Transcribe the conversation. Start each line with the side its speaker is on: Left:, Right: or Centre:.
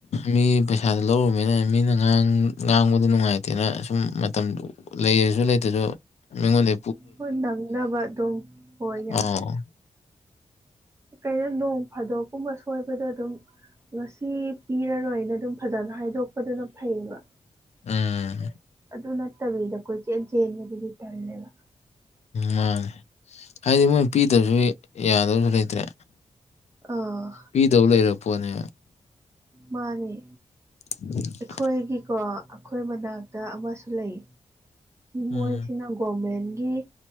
Left: ꯃꯤ ꯄꯩꯁꯥꯗꯨ ꯂꯧꯔꯨꯃꯤꯅ ꯃꯤꯅ ꯉꯥꯡꯕꯗꯨ ꯅꯨꯡꯉꯥꯏꯇꯦꯅ ꯁꯨꯝ ꯃꯇꯝꯗꯨ ꯂꯩꯔꯁꯨ ꯂꯩꯇꯁꯨ ꯃꯤꯉꯣꯟꯗ
Right: ꯍꯣ ꯅꯪꯅꯕ ꯑꯗꯨꯝ ꯍꯣꯏ ꯌꯥ
Left: ꯑꯥꯎ
Right: ꯀꯩꯅꯣ ꯅꯣꯡ ꯐꯥꯗꯣꯛꯀꯨꯝꯕ ꯁꯣꯏꯕꯗꯣ ꯑꯗꯨꯝ ꯉꯁꯤ ꯄꯤꯔꯥꯔꯣꯏꯅ ꯑꯗꯨꯝ ꯐꯖꯅ ꯍꯥꯏꯗꯣꯛꯄꯗꯨꯅ ꯐꯩꯌꯦꯕ
Left: ꯎꯝ
Right: ꯑꯗꯨ ꯅꯠꯇꯕꯤꯗ ꯀꯣꯏ ꯆꯦꯟ ꯆꯦꯟꯕꯗꯨꯗꯤ ꯇꯜꯂꯦꯕ
Left: ꯃꯥꯅꯦ ꯍꯥꯏꯗꯤ ꯃꯣꯏ ꯄꯤꯗꯕꯁꯨ ꯌꯥꯗꯧꯁꯨ ꯂꯩꯇ꯭ꯔꯦ
Right: ꯑꯥ
Left: ꯄꯤꯗꯧ ꯂꯩꯔ ꯄꯣꯠꯅꯦ
Right: ꯃꯥꯅꯤ
Left: <inaudible>
Right: ꯑꯩꯈꯣꯏꯒꯤꯀꯣ ꯑꯩꯈꯣꯏ ꯃꯅꯥꯛꯇ ꯑꯃꯁꯨ ꯂꯩ ꯃꯣꯏꯁꯤꯅ
Left: ꯎꯝ
Right: ꯒꯣꯔꯃꯦꯟꯒꯤ